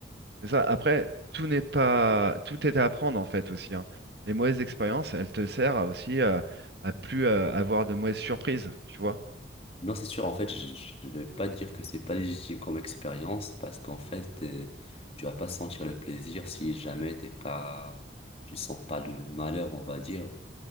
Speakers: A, on the right; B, on the left.
A: C'est ça. Après, tout n'est pas, tout est à apprendre en fait aussi. hein. Les mauvaises expériences, elles te servent à aussi euh, à plus euh, avoir de mauvaises surprises. Tu vois,
B: Non, c'est sûr, en fait, je ne vais pas dire que c'est pas légitime comme expérience parce qu'en fait, euh, tu vas pas sentir le plaisir si jamais t'es pas, tu sens pas le malheur, on va dire.